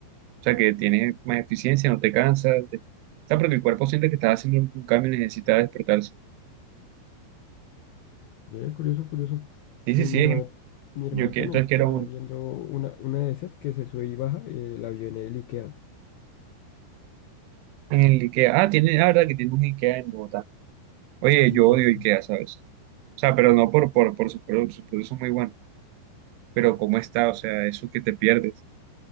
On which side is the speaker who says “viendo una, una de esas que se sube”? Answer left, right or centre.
Left